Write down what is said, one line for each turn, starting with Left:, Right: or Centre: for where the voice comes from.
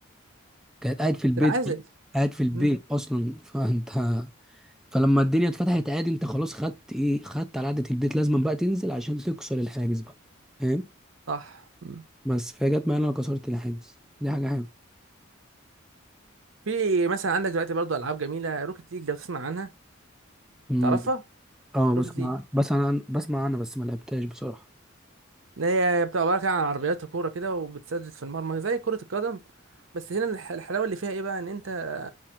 Centre: كانت قاعد في البيت
Right: تنعزل
Centre: قاعد في البيت
Right: مم.
Centre: اصلا <laughs> فانت فلما الدنيا اتفتحت عادي انت خلاص خدت ايه خدت على قعدة البيت لازم بقى تنزل عشان تكسر الحاجز بقى فاهم
Right: صح مم.
Centre: بس فهي جت معايا إن انا كسرت الحاجز دي حاجة حلوه
Right: في مثلا عندك دلوقتي برضه العاب جميله روكيت ليج لو تسمع عنها
Centre: امم
Right: تعرفها
Centre: اه بسمع
Right: روكيت ليج
Centre: بس انا بسمع انا بس ما لعبتهاش بصراحة
Right: اللي هي بتبقى عباره كده عن عربيات وكوره كده وبتسدد في المرمى زي كره القدم بس هنا الح- الحلاوه اللي فيها ايه بقى ان انت